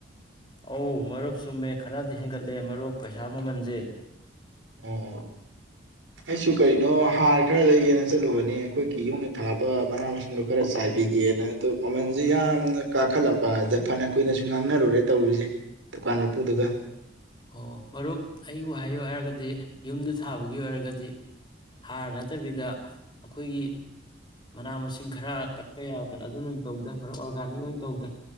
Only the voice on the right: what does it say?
ꯑꯣ ꯑꯩꯁꯨ ꯀꯩꯅꯣ ꯍꯥꯔ ꯈꯔ ꯂꯩꯒꯦꯅ ꯆꯠꯂꯨꯕꯅꯦ ꯑꯩꯈꯣꯏꯒꯤ ꯌꯨꯝꯗ ꯊꯥꯕ ꯃꯅꯥ ꯃꯁꯤꯡꯗꯣ ꯈꯔ ꯆꯥꯏꯕꯤꯒꯦꯅ ꯑꯗꯨꯗꯣ ꯃꯃꯜꯁꯦ ꯌꯥꯝꯅ ꯀꯥꯈꯠꯂꯝꯕꯗ ꯐꯅ ꯀꯨꯏꯅꯁꯨ ꯉꯥꯡꯅꯔꯨꯔꯦ ꯇꯧꯔꯤꯁꯦ ꯗꯨꯀꯥꯟ ꯃꯄꯨꯗꯨꯒ